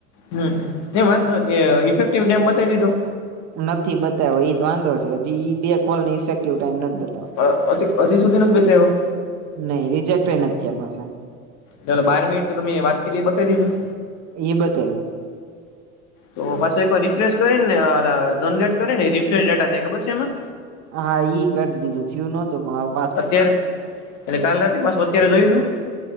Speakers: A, on the left (about 40°); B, on the right (about 35°).
A: હમ એ વાંધો નઇ ઇફેક્ટિવ ડેમ બતાવી દીધો.
B: નથી બતાવ્યો એ જ વાંધો છે હજી બે કોલ ની ઇફેક્ટિવ ટાઈઇમ નથી બતા.
A: અ અધી સુધી નથી બેતાવયા.
B: નઈ રિજેક્ટ નથી પાછા.
A: દર બાર મિટ તો તમે વાત કરી બતાવી દીધું.
B: એ બતાયુ.
A: તો પાછું એક વાર રિફ્રેશ કરીને જરેટ કરીે ને રિફેશ ડેટા થાય ખબર છે એમાં.
B: હા ઈ કરી દીધું થિયું નતું પણ આવ.
A: અત્યારે એટલે કાલ રાતે બસ અત્યારે જોઈ દું.